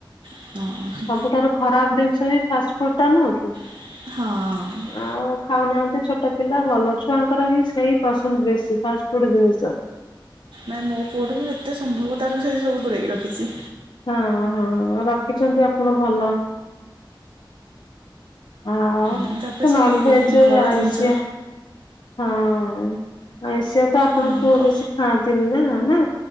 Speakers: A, on the right; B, on the left.
A: ହଁ।
B: ସବୁଠାରୁ ଖରାପ ଜିନିଷ ବି ଫାଷ୍ଟଫୁଡ଼୍ ଟା ନୁହଁ କି।
A: ହଁ।
B: ଆଉ ଖାଉନାହାନ୍ତି ଛୋଟ ପିଲା ଭଲ ଛୁଆଙ୍କର ହିଁ ସେଇ ପସନ୍ଦ ବେଶୀ ଫାଷ୍ଟ ଫୁଡ ଜିନିଷ।
A: ନାଇଁ ମୋ ପୁଅଠୁ ଯେତେ ସମ୍ଭବ ତାର ସେ ସବୁ ଦୂରେଇକି ରଖିଛି।
B: ହଁ ହଁ ରଖିଛନ୍ତି ଆପଣ ଭଲ। ହଁ
A: ମୁଁ ତାକୁ ସେଇ
B: ନାଂଭେଜେ
A: ଘର
B: ଆଇସିଆ।
A: ଜିନିଷ
B: ହଁ ଆଏଇସିଆ ତ ଆପଣ
A: ହଁ
B: ପୁଅ
A: କ
B: ବେଶୀ ଖାଆନ୍ତିନି ନା ନା।